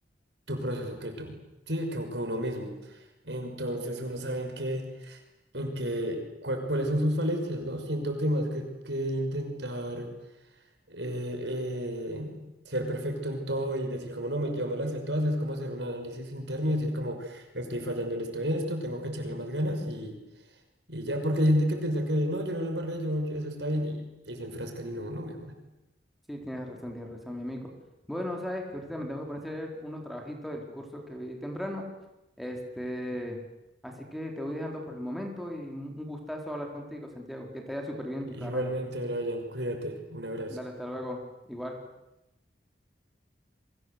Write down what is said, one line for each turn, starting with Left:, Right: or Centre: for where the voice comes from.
Right: tu proceso que tú, sí, que, que uno mismo. Entonces uno sabe en qué, en qué, cua- cuáles son sus falencias, ¿no? Siento que más que, que intentar eh, eh, ser perfecto en todo y decir como no, me, yo me las sé todas, es como hacer un análisis interno y decir como estoy fallando en esto, en esto, tengo que echarle más ganas y ya, porque hay gente que piensa que no, yo no la embarré, yo, yo- eso está bien, y, y se enfrascan y no, no mejoran.
Centre: Sí, tienes razón, tienes razón, mi amigo. Bueno, sabes que ahorita me tengo que poner a hacer unos trabajitos del curso que vi temprano. Este, así que te voy dejando por el momento y un un gustazo hablar contigo, Santiago. Que te vaya súper bien en tu carrera.
Right: Igualmente, Brian, cuídate, un abrazo.
Centre: Dale, hasta luego. Igual,